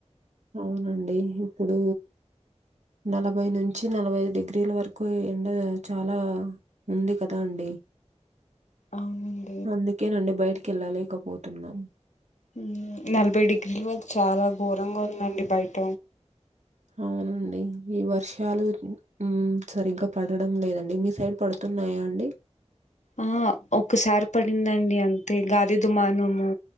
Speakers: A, on the right; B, on the left.
A: అవునండి ఇప్పుడూ నలభై నుంచి నలభై ఐదు డిగ్రీల వరకు ఈ ఎండ చాలా ఉంది కదా అండి
B: అవును
A: అందుకేనండి బయటికెళ్ళలేకపోతున్నాం
B: ఉమ్ నలభై డిగ్రీల వరకు చాలా ఘోరంగా ఉందండి బయట
A: అవునండి ఈ వర్షాలు ఉమ్ సరిగ్గ పడడం లేదండి మీ సైడ్ పడుతున్నాయా అండి
B: ఆ ఒక్కసారి పడిందండి అంతే గాది దుమానము